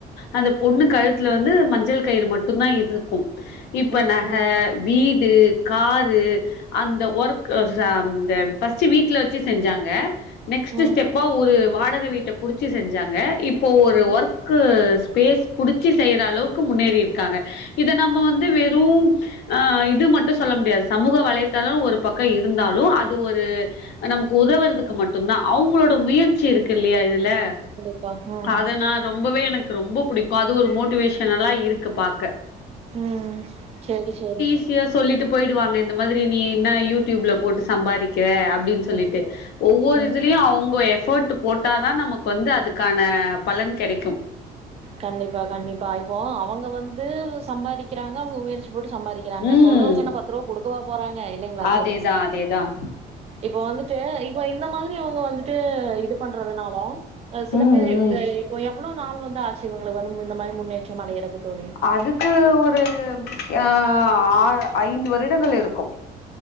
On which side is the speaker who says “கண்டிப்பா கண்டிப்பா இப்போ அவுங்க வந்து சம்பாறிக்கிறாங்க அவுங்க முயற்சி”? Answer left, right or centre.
Right